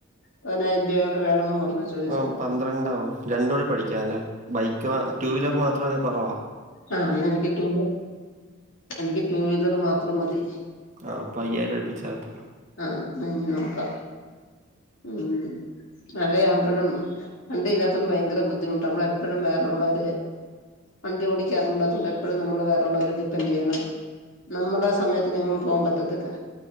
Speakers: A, on the left; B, on the right.
A: പയ്നായിരം രൂപാണ്ട് വേണോന്ന് പറഞ്ഞു. ചോദിച്ചപ്പോ
B: ആഹ് പന്ത്രണ്ടാവും. രണ്ടു കൂടെ പഠിക്കണല്ലേ ബൈക്ക് വ ടു വീലർ മാത്രാണേ കൊറവാ.
A: ആഹ് ഇന്നെനിക്ക് റ്റൂ എനിക്ക് ടു വീലർ മാത്രം മതി.
B: ആഹ് അപ്പ അയ്യായിര അഴിപ്പിച്ചാവത്തൊള്ളൂ.
A: ആഹ് ആഹ് അയിനു നോക്കാ ഉം ഉഹ്. മഴ ആവുമ്പഴും വണ്ടല്ലാത്തോണ്ട് ഭയങ്കര ബുദ്ധിമുട്ട നമ്മളപ്പെഴും വേറൊള്ളര് വണ്ടി ഓടിക്കാറുണ്ടാത്തോണ്ട് എപ്പഴും നമ്മള് വേറള്ളോരെ ഡിപ്പെൻഡെയ്യണം. നമ്മടെ സമയത്തിനെങ്ങും പോവാൻ പറ്റത്തില്ല.